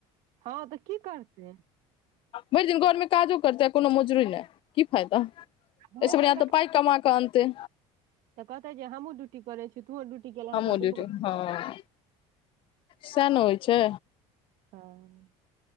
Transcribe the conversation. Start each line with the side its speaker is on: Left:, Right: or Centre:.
Right: हँ तऽ की करते
Left: भरि दिन घरमे काजो करतै कोनो मोजरे नहि की फायदा एहिस
Right: भरि
Left: स
Right: दिन
Left: बढ़िया तऽ पाइ कमा कऽ अन्तै
Right: तऽ कहतै जे हमहँ ड्यूटी करै छी तोहूं डयूटीे गेलहेऽ
Left: हमहुँ ड्यूटी
Right: दुनू
Left: हँ सएह न होइ छै
Right: हँ